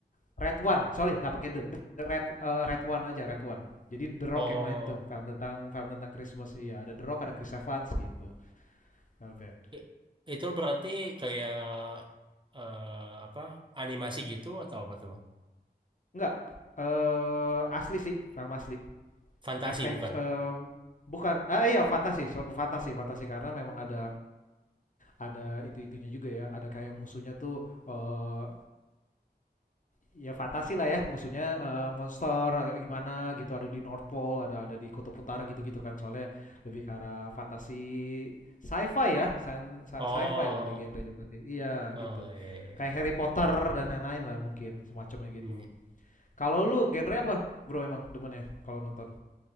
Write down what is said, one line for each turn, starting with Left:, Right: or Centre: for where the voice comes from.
Left: Red One, sorry nggak pakai the, the, the Red eh, Red One aja Red One. Jadi
Right: <clears throat>
Left: The Rock
Right: oh
Left: yang main tuh film tentang film tentang Christmas iya ada The Rock ada Chris Evans gitu filmnya.
Right: i- itu berarti kayak eh, apa animasi gitu atau apa tuh Bang?
Left: Enggak eh asli sih film asli
Right: Fantasi
Left: adventure
Right: bukan?
Left: uh, bukan ah iya fantasi so, fantasi fantasi karena memang ada ada itu itunya juga ya ada kayak musuhnya tuh eh ya fantasi lah ya musuhnya eh, monster eh, gimana gitu ada di North Pole ada ada di Kutub Utara gitu-gitu kan soalnya lebih ke arah fantasi sci-fi ya sci- sci-
Right: Oh,
Left: fi lah di genrenya berarti iya
Right: oh
Left: gitu
Right: iya, iya. iya.
Left: kayak Harry Potter dan lain-lain lah mungkin semacamnya gitu
Right: Hmm.
Left: kalau lu genre apa bro emang demen ya kalau nonton